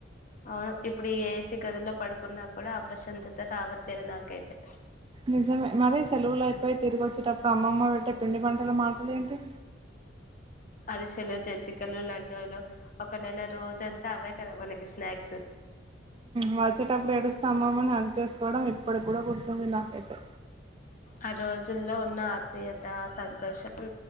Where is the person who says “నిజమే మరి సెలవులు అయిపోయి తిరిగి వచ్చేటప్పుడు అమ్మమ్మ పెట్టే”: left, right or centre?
Right